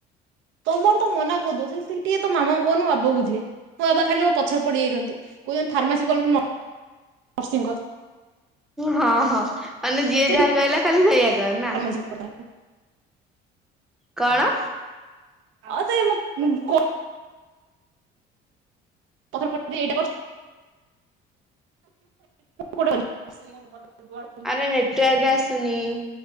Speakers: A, on the right; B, in the centre.
A: ତମର ତ ମନା କହୁଦଉ ଯେ ଟିକେ ତ ମାମା କହନୁ ବାବୁ ବୁଝିବେ ମୋ ବାବା ଖାଲି ମୋ ପଛରେ ପଡିଯାଇନ୍ତି କୁଛନ୍ତି। ଫାର୍ମାସି କଲ ନର୍ସିଂଙ୍କ କର।
B: ହଁ ହଁ ମାନେ ଯିଏ
A: ସେ
B: ଯାହା କହିଲା ଖାଲି ସେଇଆ କର ନା
A: ଫାର୍ମାସି <inaudible>
B: କଣ?
A: ଅ ସେ <unintelligible> ତା ପର ପର ବି ଏଇଟା କର <inaudible> କରିବୁ
B: ଆରେ ନେଟୱାର୍କ ଆସୁନି।